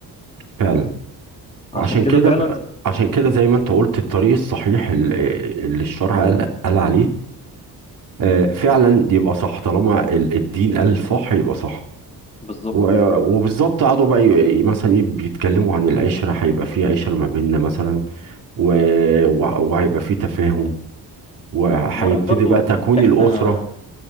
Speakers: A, on the right; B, on the left.
A: فعلا وعشان
B: عشان كده
A: كده
B: فعلا
A: ب... عشان كده زي ما انت قلت الطريق الصحيح ال- اللي الشرع قال, قال عليه آه، فعلا يبقى صح طالما ال- الدين قال صح يبقى صح
B: بالظبط
A: و- وبالظبط قعدوا بقى ي- مثلا ي- بيتكلموا عن العشرة هيبقى في عشرة ما بيننا مثلا و... وع- وهيبقى في تفاهم وهيبتدي
B: وعارف برضو
A: بقى تكوين
B: احنا
A: الأسرة